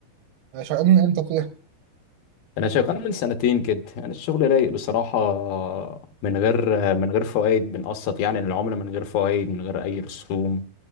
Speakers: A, on the right; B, on the left.
A: يعني شغال من امتى فيها؟
B: أنا شغال من سنتين كده أنا الشغل رايق بصراحة آه، من غير آه، من غير فوائد بنقسط يعني للعملة من غير فوائد من غير أي رسوم